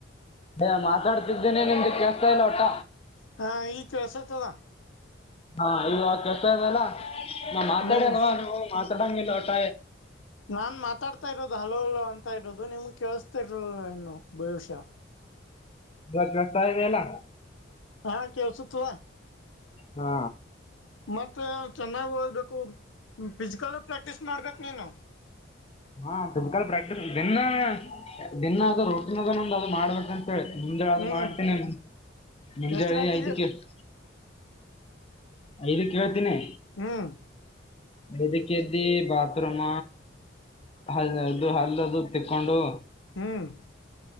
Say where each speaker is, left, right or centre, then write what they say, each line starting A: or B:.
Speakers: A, on the left; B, on the left.
A: ಏ ಮಾತಾಡ್ತಿದ್ದೇನೆ ನಿಮ್ದ ಕೇಸ್ತಾ ಇಲ್ಲ ಒಟ್ಟ.
B: ಹಾಂ ಈಗ ಕೆಳ್ಸತದ.
A: ಹಾ ಇವಾಗ ಕೆಸ್ತ ಇದಲ್ಲ ನಾ ಮಾತಾಡ್ಯನೂ
B: ಹ್ಮ್
A: ನೀವು ಮಾತಾಡಂಗ ಇಲ್ಲ ಒಟ.
B: ನಾನ್ ಮಾತಾಡ್ತಾ ಇರೋದು ಹಲೋ ಹಲೋ ಅಂತ ಇರೋದು ನಿಮ್ಗೆ ಕೇಳಸ್ತಿರ್ಲಿಲ್ಲ ಏನೋ ಭವಿಷ್ಯ.
A: ಇವಾಗ ಬರ್ತ ಇದೆ ಅಲ್ಲ.
B: ಹಾ ಕಳ್ಸುತ್ತವಾ.
A: ಹಾ
B: ಮತ್ತು ಚೆನ್ನಾಗಿ ಓದಬೇಕು ಫಿಸಿಕಲ್ ಪ್ರ್ಯಾಕ್ಟೀಸ್ ಮಾಡ್ಬೇಕು ನೀನು.
A: ಹಾ ಫಿಸಿಕಲ ಪ್ರಾಕ್ಟೀ ದಿನ ಅಣ್ಣ ದಿನ ಅದು ರೋಟಿನದೊಂದು ಅದು ಮಾಡ್ಬೇಕ ಅಂತ ಹೇಳಿ ಮುಂಜಾಳೆ ಅದು
B: ಹ್ಮ್
A: ಮಾಡ್ತೇನಿ ಮುಂಜಾಳೆ
B: ಎಷ್ಟು ಗಂಟೆಗೆ
A: ಐದಕ್ಕ ಎದ್ದಿ. ಐದಕ್ಕೆ ಏಳ್ತೀನಿ.
B: ಹ್ಮ್
A: ಐದಕ್ಕ ಎದ್ದಿ ಬಾತ್ರೂಮ ಹಲ್ಲ ಅದು ಹಲ್ಲ ಅದು ತಿಕ್ಕೊಂಡು.
B: ಹ್ಮ್